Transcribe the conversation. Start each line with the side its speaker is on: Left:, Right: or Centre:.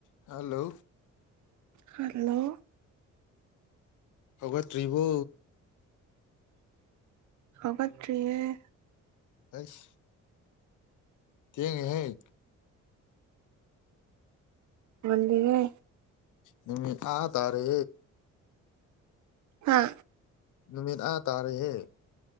Left: hello
Right: hello
Left: ꯒꯠꯇ꯭ꯔꯤꯕꯣ
Right: ꯍꯧꯒꯠꯇ꯭ꯔꯤꯑꯌꯦ
Left: ꯇꯩꯁ ꯊꯦꯡꯉ ꯍꯩ
Right: ꯍꯜꯂꯤꯒꯦ
Left: ꯅꯨꯃꯤꯠ ꯑꯥ ꯇꯥꯔꯦ
Right: ꯑ
Left: ꯅꯨꯃꯤꯠ ꯑꯥ ꯇꯥꯔꯦꯍꯦ